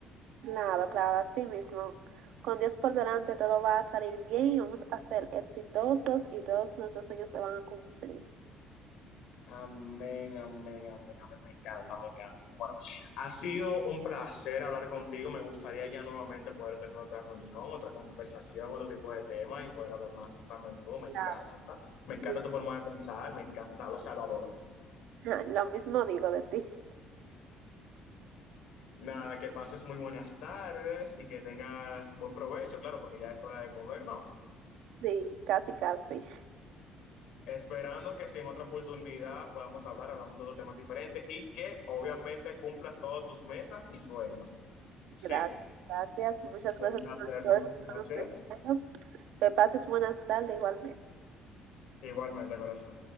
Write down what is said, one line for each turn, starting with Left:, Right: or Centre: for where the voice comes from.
Right: Claro, claro, así mismo. Con Dios por delante todo va a salir bien y vamos a ser exitosos y todos nuestros sueños se van a cumplir.
Left: Amén, amén, amén, amén. Me encanta, me encanta. Bueno, ha sido un placer hablar contigo. Me gustaría ya nuevamente poder tener otra reunión, otra conversación, otro tipo de tema y poder hablar más a menudo. Me
Right: Claro,
Left: encanta. Me encanta
Right: muy-
Left: tu forma de pensar, me encanta. O sea, lo adoro.
Right: <laughs> Lo mismo digo de ti. <laughs>
Left: Nada, que pases muy buenas tardes y que tengas buen provecho, claro, porque ya es hora de comer, ¿no?
Right: Sí, casi, casi.
Left: Esperando que si en otra oportunidad podamos hablar, hablamos de otros temas diferentes y que obviamente cumplas todos tus metas y sueños, ¿sí?
Right: Gracias, gracias. Muchas
Left: Un
Right: gracias
Left: placer,
Right: por
Left: muchas
Right: todos esos
Left: gracias.
Right: buenos deseos. Que pases buenas tardes igualmente.
Left: Igualmente, corazón.